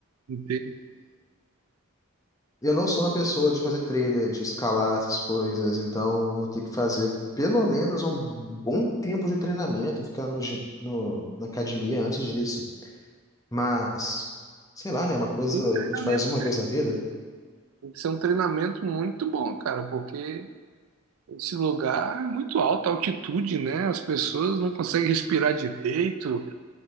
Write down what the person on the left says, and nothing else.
Eu não sou uma pessoa de fazer trilha, de escalar essas coisas, então vou ter que fazer pelo menos um bom tempo de treinamento, ficar no, gi- no- na academia antes disso. Mas, sei lá, né? é Uma coisa
que
a gente faz uma vez na vida.